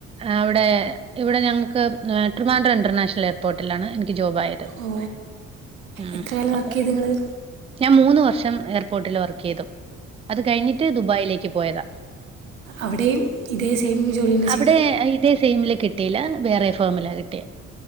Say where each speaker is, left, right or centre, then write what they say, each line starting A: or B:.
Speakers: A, on the right; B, on the right.
A: അവിടെ ഇവിടെ ഞങ്ങക്ക് ട്രിവാൻഡ്രം ഇന്റർനാഷണൽ എയർപോർട്ടിലാണ് ജോബായത്
B: ഓ
A: ഉം
B: എത്ര കാലം വർക്ക്
A: അപ്പോ
B: ചെയ്ത് നിങ്ങൾ
A: ഞാൻ മൂന്ന് വർഷം എയർപോർട്ടില് വർക്ക് ചെയ്തു അത് കഴിഞ്ഞിട്ട് ദുബായിലേക്ക് പോയതാ
B: അവിടെയും ഇതേ സെയിം ജോലി തന്നെ
A: അവിടെ
B: ചെയ്ത്
A: ഇതേ സെയിമില് കി ട്ടിയില്ല വേറെ ഫോമില കിട്ടിയ